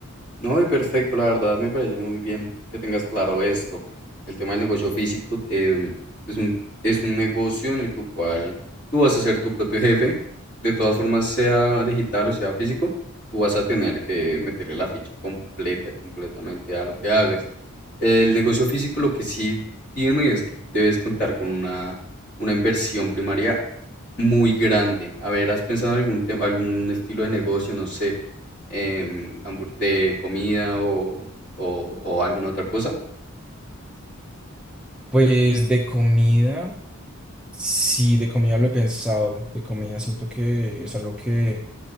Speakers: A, on the left; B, in the centre.
A: no, y perfecto, la verdad me parece muy bien que tengas claro esto. El tema del negocio físico em, es un, es un negocio en el cu- cual tú vas a ser tu propio jefe. De todas formas, sea digital o sea físico, tú vas a tener que meterle la ficha completa, completamente a lo que hagas. El negocio físico lo que sí tiene es que debes contar con una, una inversión primaria muy grande. A ver, ¿has pensado en algún te- algún estilo de negocio, no sé, em, hambur- de comida o, o- o alguna otra cosa?
B: Pues de comida, sí, de comida lo he pensado. De comida siento que es algo que